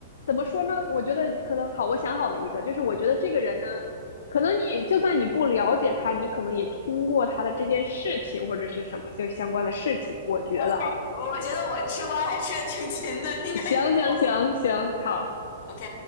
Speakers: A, on the left; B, on the left.
A: 怎么说呢？我觉得可能好，我想好了一个，就是我觉得这个人呢，可能你就算你不了解他，你可能也听过他的这件事情或者是什么就相关的事情。我觉得啊，
B: OK，我我觉得我吃瓜还吃的挺勤的，应该是
A: <laughs> 行行行行，好，
B: OK，